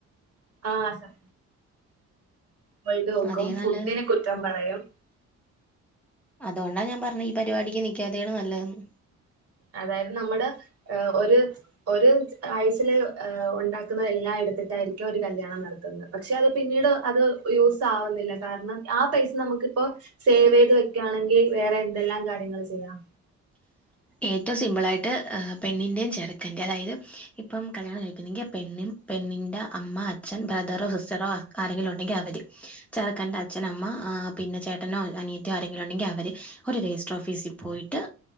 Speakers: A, on the right; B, in the centre.
A: ആഹ് സർ <unintelligible> വെക്കും
B: അതേ
A: ഫുഡിനെ
B: നല്ലത്
A: കുറ്റം പറയും
B: അതുകൊണ്ടാ ഞാ പറഞ്ഞേ ഈ പരിപാടിക്ക് നിക്കാത്തെയാണ് നല്ലതെന്ന്
A: അതായത് നമ്മുടെ ഏഹ് ഒര് ഒരു ആയുസില് ഉണ്ടാക്കുന്ന എല്ലാം എടുത്തിട്ടായിരിക്കും ഒരു കല്യാണം നടത്തുന്നത് പക്ഷെ അത് പിന്നീട് അത് യൂസ് ആവുന്നില്ല കാരണം ആ പൈസ നമുക്കിപ്പോ സേവ് ചെയ്ത് വെക്കയാണെങ്കി വേറെ എന്തെല്ലാം കാര്യങ്ങള് ചെയ്യാം
B: ഏറ്റവും സിമ്പിളായിട്ട് ആഹ് പെണ്ണിന്റെയും ചെറുക്കന്റെ അതായത് ഇപ്പം കല്യാണം കഴിക്കുന്നെങ്കി പെണ്ണും പെണ്ണിന്റെ അമ്മ അച്ഛൻ ബ്രദറോ സിസ്റ്ററോ ആരെങ്കിലും ഉണ്ടെങ്കി അവര് ചെറുക്കന്റെ അച്ഛൻ, അമ്മ ആഹ് പിന്നെ ചേട്ടനോ അനിയത്തിയോ ആരെങ്കിലും ഉണ്ടെങ്കി അവര് ഒര് രജിസ്റ്റർ ഓഫീസി പോയിട്ട്